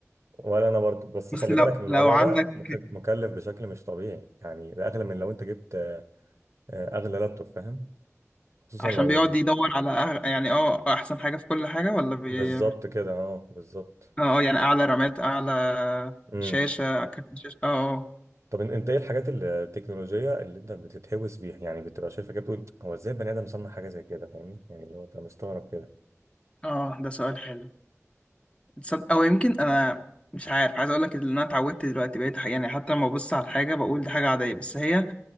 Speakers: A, on the right; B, on the left.
A: ولا انا برضه بس
B: بس
A: خلي
B: لو
A: بالك ان الموضوع
B: لو عندك
A: ده مك- مكلف بشكل مش طبيعي يعني ده اغلى من لو انت جبت آه، آه، اغلى لابتوب فاهم خصوصا
B: عشان
A: لو
B: بيقعد يدور على أغ... يعني اه احسن حاجة في كل حاجة ولا بي...
A: بالظبط
B: اه
A: كده اه بالظبط
B: آه، يعني اعلى رامات اعلى
A: امم
B: شاشة كارت شاشة اه
A: طب ان- انت ايه الحاجات ال- التكنولوجيه اللي انت بتتهوس بيها يعني بتبقى شايفها كده بتقول هو ازاي بني ادم صنع حاجه زي كده فاهمني يعني اللي هو انت مستغرب كده
B: اه اه ده سؤال حلو تصدق او يمكن انا مش عارف عايز اقول لك ان انا اتعودت دلوقتي بقيت ح- يعني حتى لما ببص على الحاجة بقول دي حاجة عادية بس هي